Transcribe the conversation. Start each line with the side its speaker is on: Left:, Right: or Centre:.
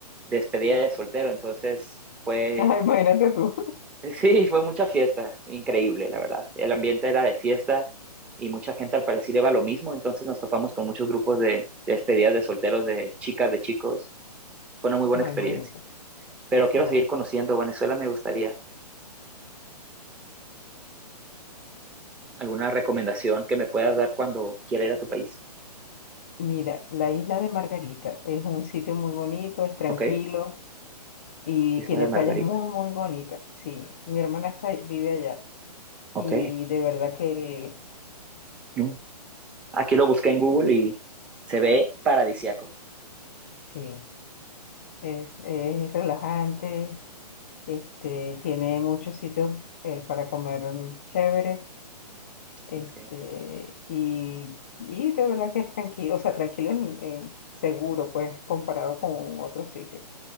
Centre: despedida de soltero, entonces fue
Left: Ah, imagínate tú.
Centre: <laughs> Sí, fue mucha fiesta, increíble, la verdad. El ambiente era de fiesta y mucha gente al parecer iba a lo mismo, entonces nos topamos con muchos grupos de, de despedidas de solteros, de chicas, de chicos. Fue
Left: <laughs>
Centre: una muy buena
Left: Ah,
Centre: experiencia.
Left: imagínate.
Centre: Pero quiero
Left: Qué bueno.
Centre: seguir conociendo Venezuela, me gustaría alguna recomendación que me puedas dar cuando quiera ir a tu país.
Left: Mira, la isla de Margarita es un sitio muy bonito, es tranquilo
Centre: ¿Ok?
Left: y
Centre: Isla
Left: tiene
Centre: de
Left: playas
Centre: Margarita.
Left: muy, muy bonitas. Sí, mi hermana está, vive allá
Centre: ¿Ok?
Left: y de verdad que
Centre: Mm. Aquí lo busqué en Google y se ve paradisiaco.
Left: sí, es, es relajante, este, tiene muchos sitios eh, para comer mm, chévere Este,
Centre: Ok,
Left: y, y de verdad que es tranquilo, o sea, tranquilo en, en seguro, pues, comparado con otros sitios